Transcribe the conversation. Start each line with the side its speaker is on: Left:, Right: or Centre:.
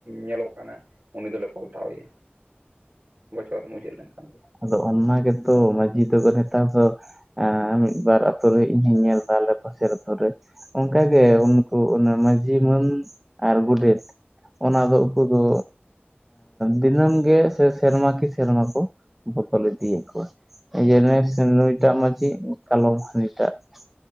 Right: ᱧᱮᱞᱚᱜ ᱠᱟᱱᱟ ᱩᱱᱤ ᱫᱚᱞᱮ ᱯᱟᱞᱴᱟᱣ ᱮᱭᱟ ᱾ ᱵᱚᱪᱷᱚᱨᱮᱢ ᱢᱩᱪᱟᱹᱫ ᱞᱮᱱᱠᱷᱟᱱ ᱜᱮ '
Centre: ᱟᱫᱚ ᱚᱱᱟ ᱜᱮᱛᱚ ᱢᱟᱺᱡᱷᱤ ᱛᱮᱫᱚ ᱱᱮᱛᱟᱨ ᱫᱚ ᱢᱤᱫ ᱵᱟᱨ ᱟᱛᱳ ᱨᱮ ᱤᱧ ᱦᱚᱧ ᱧᱮᱞ ᱾ ᱛᱟᱦᱞᱮ ᱯᱟᱥᱮᱨ ᱫᱚ ᱨᱮ ᱾ ᱚᱱᱠᱟᱜ ᱜᱮ ᱩᱱᱠᱩ ᱚᱱᱟ ᱢᱟᱺᱡᱷᱤ ᱢᱟᱹᱱ ᱟᱨ ᱜᱚᱰᱮᱛ ᱾ ᱚᱱᱟ ᱫᱚ ᱩᱱᱠᱩ ᱫᱚ ᱫᱤᱱᱟᱹᱢ ᱜᱮ ᱥᱮ ᱥᱮᱨᱢᱟ ᱠᱤ ᱥᱮᱨᱢᱟ ᱠᱚ ᱵᱚᱠᱚᱞ ᱤᱫᱤᱭᱮᱫ ᱠᱚᱣᱟ ᱾ ᱡᱮᱱ ᱱᱩᱭᱴᱟᱜ ᱢᱟᱺᱡᱷᱤ ᱠᱟᱞᱚᱢ ᱦᱟᱱᱤᱴᱟᱜ ᱾